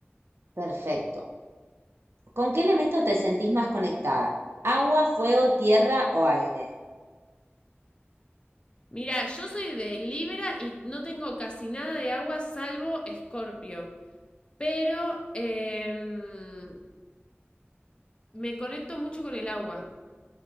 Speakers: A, on the right; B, on the left.
A: Perfecto. ¿Con qué elemento te sentís más conectada? ¿Agua, fuego, tierra o aire?
B: Mira, yo soy de Libra y no tengo casi nada de agua salvo Escorpio. Pero em, me conecto mucho con el agua.